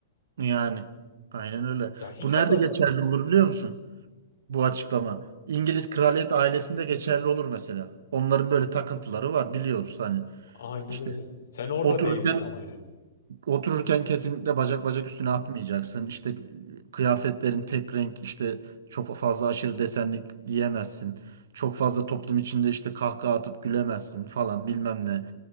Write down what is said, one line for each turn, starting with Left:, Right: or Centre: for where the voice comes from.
Right: yani aynen öyle.
Left: Ya hiç
Right: Bu nerede
Left: olası
Right: geçerli
Left: değil.
Right: olur biliyor musun? Bu açıklama. İngiliz kraliyet ailesinde geçerli olur mesela. Onların böyle takıntıları var biliyoruz hani.
Left: Aynen
Right: İşte
Left: öyle. Sen orada
Right: otururken
Left: değilsin ama yani.
Right: Otururken kesinlikle bacak bacak üstüne atmayacaksın. İşte kıyafetlerin tek renk işte çok fazla aşırı desenlik giyemezsin. Çok fazla toplum içinde işte kahkaha atıp gülemezsin falan bilmem ne.